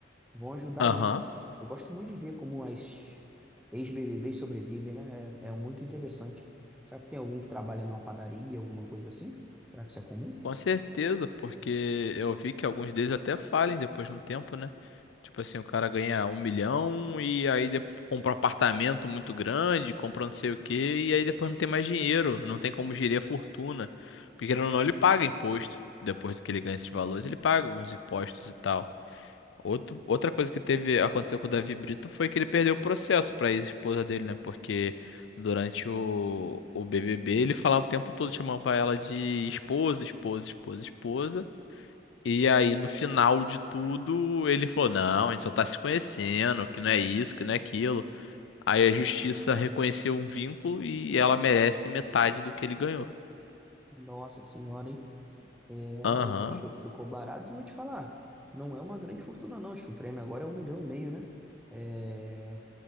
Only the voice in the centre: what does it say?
vão ajudar
ele. Eu gosto muito de ver como as ex-BBBs sobrevivem, né? É, é muito interessante. Será que tem algum que trabalha numa padaria, alguma coisa assim? Será que isso é comum?
Nossa senhora, hein? É,
ele achou que ficou barato. Vou te falar, não é uma grande fortuna, não. Acho que o prêmio agora é um milhão e meio, né? É,